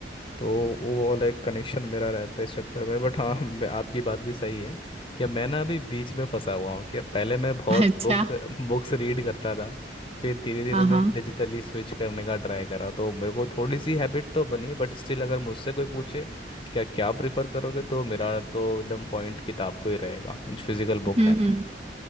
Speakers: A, on the left; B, on the right.
A: तो वो वाला एक कनेक्शन मेरा रहता है इस चक्कर में बट हाँ मैं- आपकी बात भी सही है कि मैं ना अभी बीच में फंसा हुआ हूँ कि पहले मैं बहुत
B: <laughs> अच्छा
A: बुक्स बुक्स रीड करता था फिर धीरे धीरे
B: हाँ
A: मैं
B: हाँ
A: डिजिटली स्विच करने का ट्राई करा तो मेरे को थोड़ी सी हैबिट तो बनी बट स्टिल अगर मुझसे कोई पूछे क्या क्या प्रिफर करोगे तो मेरा तो एकदम पॉइंट किताब को ही रहेगा जो फिजिकल
B: हम्म
A: बुक है
B: हम्म